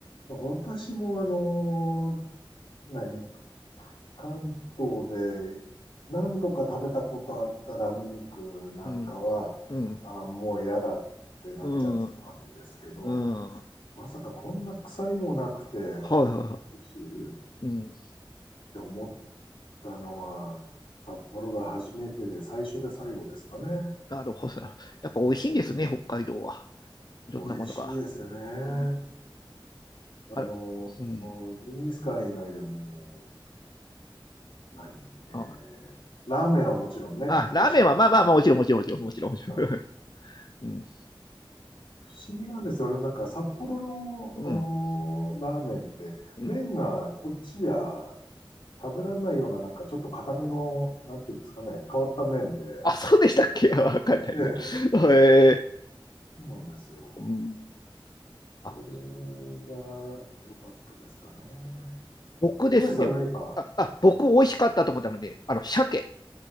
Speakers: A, on the left; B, on the left.
A: 私もあのー何関東で何度か食べたことあったラム肉なんかは、
B: うん、うん、
A: あ、もう嫌だってなっちゃってたんですけど、
B: うん、うん。は
A: まさかこんな臭みもなくて、
B: いはいは
A: 美味しいっ
B: い。うん。
A: て思ったのは、札幌が初めてで最初で最後ですかね。
B: なるほど。やっぱ美味しいんですね、
A: うん、
B: 北海道は。いろんなものが。
A: 美味しいですよね。
B: うん
A: あの、
B: あれ、うん。
A: もうジンギスカン以外でももう、何えーラーメンはもちろんね、
B: あ、あラーメンは、
A: 美味しい。
B: まあまあまあ、もちろん、もちろん、もちろん、もちろん。<laughs>
A: うん
B: うん。
A: 不思議なんですよね。なんか札幌の、
B: うん。
A: あのーラーメンって、
B: うん。
A: 麺がこっちじゃ食べられないような、なんかちょっと硬めの、なんていうんですかね、変わった麺で。
B: あ、そうでしたっけ <laughs> わかんない。
A: ええ、
B: <laughs> え
A: そうなんですよ。
B: ー、うん。
A: それ
B: あ、
A: が良かったですかね。
B: 僕ですね。
A: 平林さん何か、
B: あ、あ、僕、美味しかったと思ったので、あの、鮭、